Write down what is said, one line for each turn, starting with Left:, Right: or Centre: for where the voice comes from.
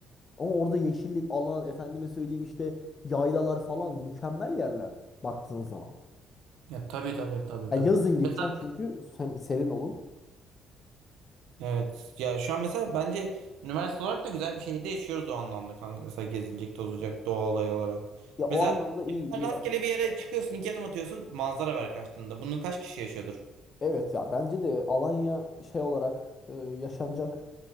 Left: Ama orada yeşillik, alan, efendime söyleyeyim işte yaylalar falan mükemmel yerler baktığın zaman.
Right: Ya tabii tabii tabii
Left: Ya
Right: tabii.
Left: yazın gideceksin
Right: Mesela
Left: çünkü sem- serin olur.
Right: evet ya şu an mesela bence üniversite olarak da güzel bir şehirde yaşıyoruz o anlamda kanka. Mesela gezilecek, tozulacak doğa olayı olarak.
Left: Ya o
Right: Mesela
Left: anlamda iyi iyi
Right: rastgele
Left: yaz.
Right: bir yere çıkıyorsun, iki adım atıyorsun, manzara var karşılığında. Bunun kaç kişi yaşıyordur?
Left: Evet ya bence de Alanya şey olarak e, yaşanacak